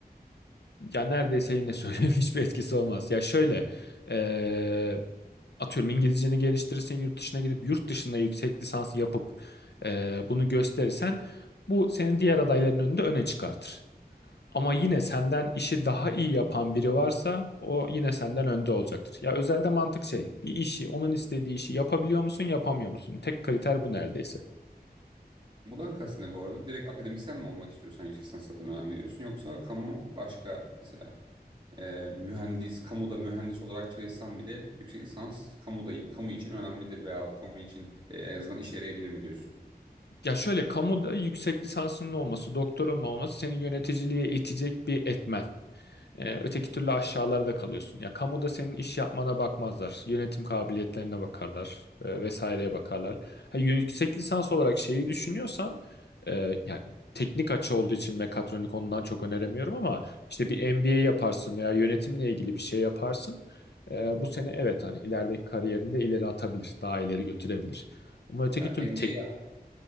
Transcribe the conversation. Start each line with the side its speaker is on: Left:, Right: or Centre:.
Left: ya neredeyse yine söyleyeyim <laughs> hiçbir etkisi olmaz. Ya şöyle e, atıyorum İngilizceni geliştirirsin yurt dışına gidip yurt dışında yüksek lisans yapıp e, bunu gösterirsen bu senin diğer adayların önünde öne çıkartır. Ama yine senden işi daha iyi yapan biri varsa o yine senden önde olacaktır. Ya özelde mantık şey
Right: Hı.
Left: bir işi onun istediği işi yapabiliyor musun yapamıyor musun? Tek kriter bu neredeyse.
Right: Bundan kastın ne bu arada? Direkt akademisyen mi olmak istiyorsun? Sen yüksek lisans zaten önem veriyorsun. Yoksa kamu başka mesela e, mühendis, kamuda mühendis olarak çalışsan bile yüksek lisans kamuda, kamu için önemlidir veya kamu için e, en azından işe yarayabilir mi diyorsun?
Left: Ya şöyle kamuda yüksek lisansının olması, doktoranın olması seni yöneticiliğe itecek bir etmen. Ee, öteki
Right: Hı.
Left: türlü aşağılarda kalıyorsun. Ya kamuda senin iş yapmana bakmazlar. Yönetim kabiliyetlerine bakarlar. e, vesaireye bakarlar. Ha, yüksek lisans olarak şeyi düşünüyorsan e, yani teknik açı olduğu için mekatronik ondan çok öneremiyorum ama işte bir MBA yaparsın veya yönetimle ilgili bir şey yaparsın. E, bu seni evet hani ilerideki kariyerinde ileri atabilir. Daha ileri götürebilir. Ama öteki
Right: Mesela
Left: türlü
Right: MBA,
Left: tek,